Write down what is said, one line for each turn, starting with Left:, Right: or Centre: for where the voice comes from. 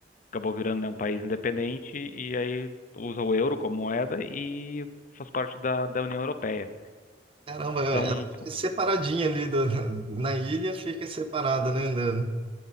Left: acabou virando, né, um país independente e aí usa o euro como moeda e faz parte da, da União Europeia.
Right: Caramba, ela
Left: Então,
Right: fica separadinha ali da- na, na ilha, fica separada, né? da-